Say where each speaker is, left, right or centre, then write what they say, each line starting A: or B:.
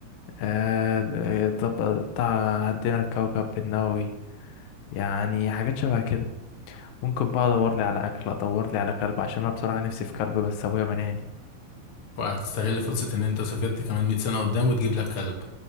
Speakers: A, on the left; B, on the left.
A: أه الضب- بتاع هدينا الكوكب بالنووي يعني حاجات شبه كده ممكن بقى ادور لي على اكل ادور لي على كلب عشان انا بصراحه نفسي في كلب بس ابويا منعني
B: وهتستغل فرصة ان انت سافرت كمان 100 سنة قدام وتجيب لك كلب